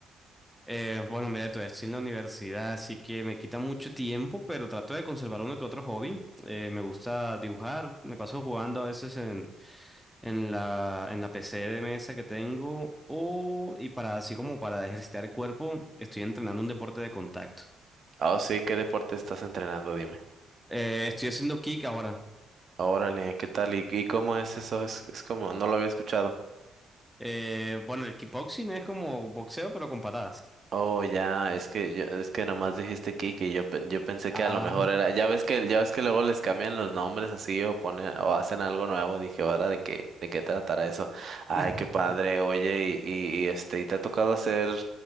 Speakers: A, in the centre; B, on the right.
A: Eh, bueno, mira, todavía estoy en la universidad, así que me quita mucho tiempo, pero trato de conservar uno que otro hobby. Eh, me gusta dibujar, me paso jugando a veces en, en la, en la PC de mesa que tengo, o, y para así como para ejercitar el cuerpo, estoy entrenando un deporte de contacto.
B: Oh, sí, ¿qué deporte estás entrenando? Dime.
A: Eh, estoy haciendo kick ahora.
B: Órale, ¿qué tal? ¿Y, y cómo es eso? Es, es como, no lo había escuchado.
A: Eh, bueno, el kickboxing es como boxeo, pero con patadas.
B: Oh, ya, es que yo- es que nomás dijiste Kike y yo pe- yo pensé que
A: Ah,
B: a lo mejor era, ya ves que ya ves que luego les cambian los nombres así o ponen o hacen algo nuevo, dije, ahora de qué de qué tratará eso. Ay,
A: <laughs>
B: qué padre. Oye, y, y, y, este, ¿y te ha tocado hacer